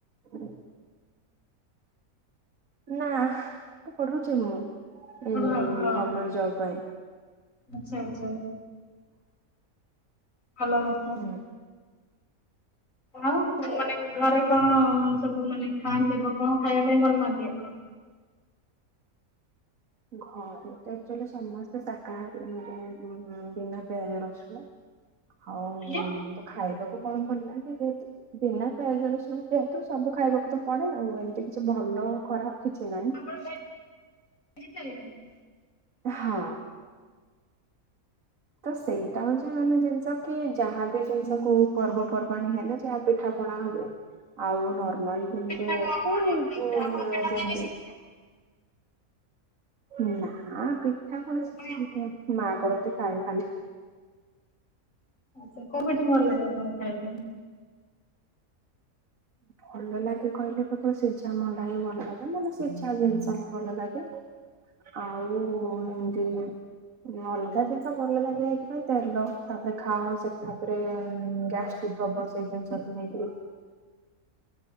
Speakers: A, on the right (about 65°); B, on the left (about 60°).
A: ହୁଁ <inaudible> ନା ପଢୁଚି ମୁଁ
B: ହଁ
A: ଏଇ
B: ହଁ
A: ଗଭର୍ମେଣ୍ଟ ଜବ ପାଇଁ।
B: ଆଚ୍ଛା ଆଚ୍ଛା। ଭଲ କଥା।
A: ହୁଁ।
B: ଆଉ ମାନେ ଘରେ କଣ ସବୁ ମାନେ ଖାଆନ୍ତି କଣ ଖାଇବା ପାଇଁ ଭଲ ପାଆନ୍ତି ଆପଣ?
A: ଘରେ ଆକ୍ଚୁଆଲି ସମସ୍ତେ ଶକାହାରୀ। ମାନେ ବିନା ପିଆଜ ରସୁଣ। ଆଉ
B: ଆଜ୍ଞା
A: ତ ଖାଇବାକୁ କଣ ଭଲଲାଗେ ଯେହେତୁ ବିନା ପିଆଜ ରଶୁଣରେ ଯେହେତୁ ସବୁ ଖାଇବାକୁ ତ ପଡେ। ଆଉ ଏମିତି କିଛି ଭଲ ଖରାପ କିଛି ନାହିଁ।
B: <unintelligible>
A: ହଁ। ତ ସେଇଟା ହଉଛି ମାନେ ଜିନିଷ କି ଯାହାବି ଜିନିଷ କୁ ପର୍ବ ପର୍ବାଣି ହେଲେ ଯାହା ପିଠାପଣା ହୁଏ। ଆଉ ନର୍ମାଲି ଯେମତି
B: ପିଠା
A: ଯେ
B: କଣ କଣ ଆପଣ ଆପଣ ପିଠା ତିଆରି
A: ଯେମତି
B: ଶିଖିଛନ୍ତି?
A: ନା ପି ପିଠା ପୁଣି ଶିଖିନି
B: ମାନେ
A: ମା କରନ୍ତି ପାଣି ପାଣି।
B: ଆଛା। କୋଉ ପିଠା ଭଲ ଲାଗେ ଆପଣଙ୍କୁ ଖାଇବା ପାଇଁ?
A: ଭଲ ଲାଗେ କହିଲେ ତ ସିଝା ମଣ୍ଡା ହିଁ ଭଲ ଲାଗେ। ମାନେ ସିଝା ଜିନିଷ ହିଁ ଭଲ ଲାଗେ। ଆଉ ମୁଁ ଯେ ଅଲଗା ଜିନିଷ ଭଲ ଲାଗେ। ଏଇଥିପାଇଁ ତେଲ ତାପରେ ଖାଅ। ସେଠି ତାପରେ ଗ୍ୟାଷ୍ଟିକ ହବ ସେ ଜିନିଷକୁ ନେଇକିରି।